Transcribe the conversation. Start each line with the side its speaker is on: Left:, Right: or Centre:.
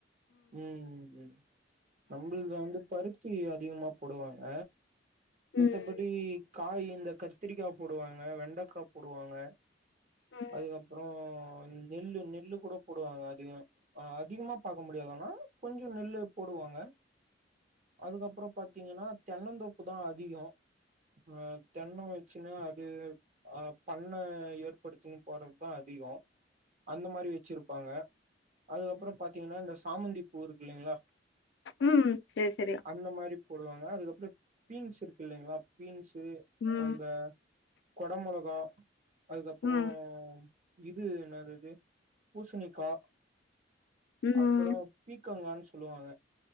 Right: உம் உம் நம்பள்து வந்து பருத்தி அதிகமா போடுவாங்க மித்தபடி
Left: ம்,
Right: காய் இந்த கத்திரிக்கா போடுவாங்க வெண்டக்கா போடுவாங்க
Left: ம்,
Right: அதுக்கப்றோ நெல்லு நெல்லு கூட போடுவாங்க அதுங் அ அதிகமா பாக் அ முடியாதன்னா கொஞ்சு நெல்லு போடுவாங்க அதுக்கப்றோ பாத்தீங்கன்னா தென்னந்தொப்பு தா அதிகோ ஆ தென்னம் வச்சுன்னா அது ஆ பண்ண ஏற்படுச்சுன்னு போறத்தா அதிகோ அந்த மாரி வச்சிருப்பாங்க அதுக்கப்றோ பத் தீங்கன்னா இந்த சாமந்தி பூ இருக் இல்லைங்களா
Left: உம் செர் செரியா
Right: அந்த மாரி போடுவாங்க அதுக்கப்ற பீன்ஸ் இருக்கு இல்லைங்களா பீன்ஸு
Left: ம்,
Right: அந்த கொட மொளகா அதுக்கப்புறோம்
Left: ம்,
Right: இது என்னது அது பூசணிக்கா
Left: ம்.
Right: அப்புற பீக்கங்கான்னு சொல்லுவாங்க